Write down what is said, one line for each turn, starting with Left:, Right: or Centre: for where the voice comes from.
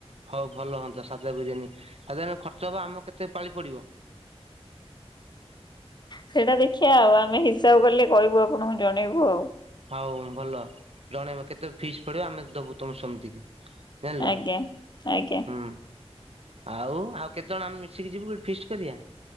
Right: ହଉ ଭଲ ହୁଅନ୍ତା ସାଧା ବିରିୟାନୀ <unintelligible> ଖର୍ଚ୍ଚ ହବ ଆମକୁ କେତେ ପାଳି ପଡିବ।
Left: ସେଇଟା ଦେଖିବା ଆଉ ଆମେ ହିସାବ କଲେ କହିବୁ ଆପଣଙ୍କୁ ଜଣେଇବୁ ଆଉ।
Right: ଆଉ ଭଲ ଜଣେଇବ କେତେ ଫିସ୍ ପଡିବ ଆମେ ଦବୁ ତମେ ସମିତି କି। ଜାଣିଲ
Left: ଆଜ୍ଞା। ଆଜ୍ଞା
Right: ହୁଁ। ଆଉ ଆଉ କେତେ ଜଣ ଆମେ ମିଶିକି ଯିବୁ ଫିଷ୍ଟୀ କରିବା।